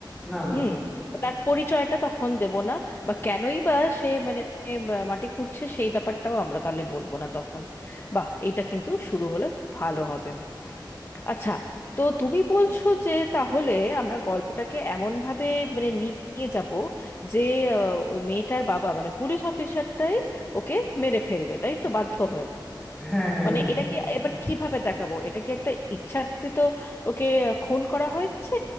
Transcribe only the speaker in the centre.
না না
না
হ্যাঁ হ্যাঁ
হ্যাঁ